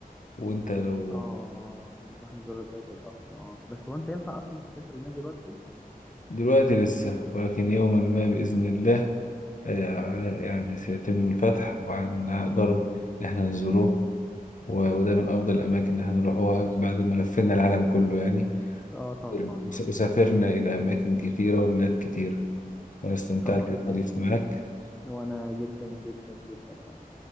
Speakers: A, on the left; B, in the centre.
A: وانت لو
B: اه نروح نزور بيت القصر اه بس هو انت ينفع اصلا تسافر هناك دلوقتي
A: دلوقتي لسه ولكن يوما ما بإذن الله آه، يعني سيتم الفتح وهنقدروا إن احنا نزوروه و- وده من أفضل الأماكن إن احنا نروحوها بعد ما لفينا العالم كله يعني
B: اه طبعا
A: وس-
B: اه
A: وسافرنا
B: طبعا
A: إلى أماكن كتيرة وبلاد كتيرة وأنا استمتعت
B: طبعا
A: بالحديث
B: تمام
A: معك
B: وانا جدا جدا جدا يعني.